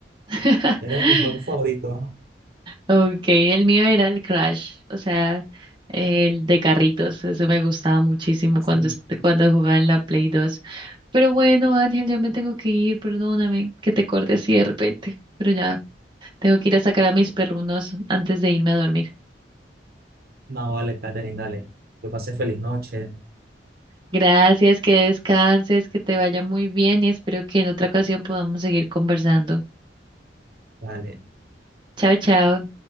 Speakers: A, on the right (about 25°); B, on the right (about 55°).
A: <laughs>
B: Era de mis juegos favoritos. ¿no?
A: Okay, el mío era el Crash, o sea, el de carritos. Eso me gustaba muchísimo
B: Sí.
A: cuando, est- cuando jugaba en la Play 2. Pero bueno, Ángel, ya me tengo que ir, perdóname que te corte así de repente. Pero ya, tengo que ir a sacar a mis perrunos antes de irme a dormir.
B: No, vale, Catherine, dale. Que pase feliz noche.
A: Gracias, que descanses, que te vaya muy bien y espero que en otra ocasión podamos seguir conversando.
B: Dale.
A: Chao, chao.